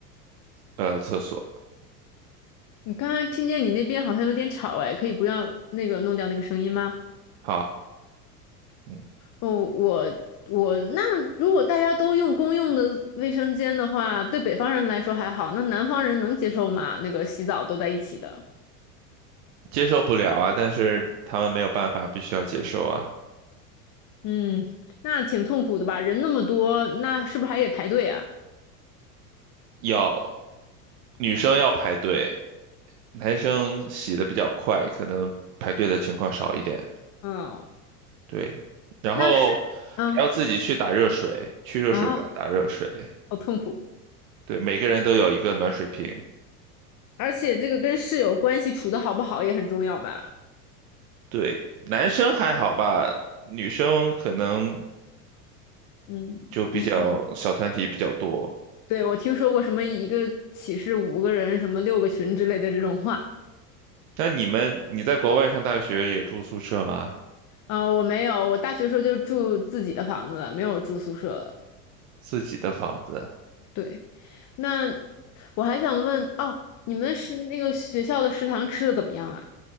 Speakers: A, on the right; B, on the left.
A: 呃厕所。
B: 你刚刚听见你那边好像有点吵，哎，可以不要那个弄掉那个声音吗？
A: 好，嗯，
B: 哦，我我那如果大家都用公用的卫生间的话，对北方人来说还好，那南方人能接受吗？那个洗澡都在一起的，
A: 接受不了啊，但是他们没有办法，必须要接受啊。
B: 嗯，那挺痛苦的吧？人那么多，那是不是还得排队啊？
A: 要女生要排队，男生洗的比较快，可能排队的情况少一点。
B: 嗯，
A: 对，然后还要自己去打热水，
B: 那是，嗯
A: 去热水房打热水。
B: 啊，好痛苦，
A: 对，每个人都有一个暖水瓶。
B: 而且这个跟室友关系处的好不好也很重要吧？
A: 对，男生还好吧，女生可能
B: 嗯嗯，
A: 就比较小团体比较多。
B: 嗯对，我听说过什么一个寝室五个人，什么六个群之类的这种话。
A: 那你们，你在国外上大学也住宿舍吗？
B: 啊，我没有，我大学时候就住自己的房子，没有住宿舍了
A: 自己的房子，
B: 对，那我还想问，哦，你们是那个学校的食堂吃的怎么样啊？